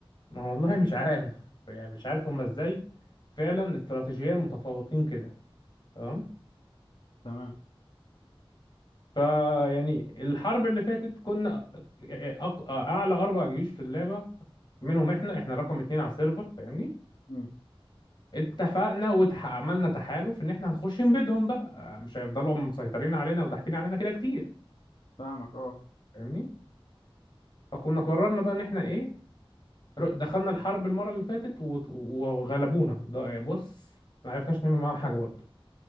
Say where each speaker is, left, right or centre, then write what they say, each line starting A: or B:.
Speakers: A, on the left (about 50°); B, on the left (about 65°).
A: ما والله مش عارف يعني مش عارف هم ازاي فعلا استراتيجيا متفوقين كده تمام
B: تمام
A: فيعني الحرب اللي فاتت كنا أق- اعلى اربع جيوش في اللعبه منهم احنا احنا رقم اتنين على السيرفر فاهمني
B: مم.
A: اتفقنا وعملنا تحالف ان احنا هنخش نبيدهم بقى مش هيفضلوا هم مسيطرين علينا وضاحكين علينا كده كتير
B: فاهمك أه
A: فاهمني فكنا قررنا بقى ان احنا ايه ر- دخلنا الحرب المره اللي فاتت و- وغلبونا ده بص ما عرفناش نعمل معاهم حاجه برضه